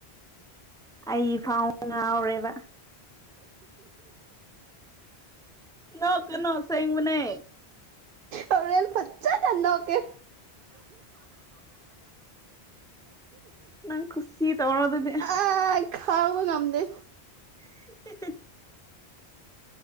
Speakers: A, in the centre; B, on the right.
A: ꯑꯩ ꯐꯥꯎ ꯉꯥꯎꯔꯦꯕ ꯅꯣꯛꯀꯅꯣ ꯑꯁꯦꯡꯕꯅꯦ
B: ꯍꯣꯔꯦꯟ ꯐꯠꯖꯅ ꯅꯣꯛꯀꯦ
A: ꯅꯪ ꯈꯨꯠꯁꯤ ꯇꯧꯔꯣ ꯑꯗꯨꯗꯤ
B: ꯍꯥ ꯈꯥꯡꯕ ꯉꯝꯗꯦ
A: <unintelligible>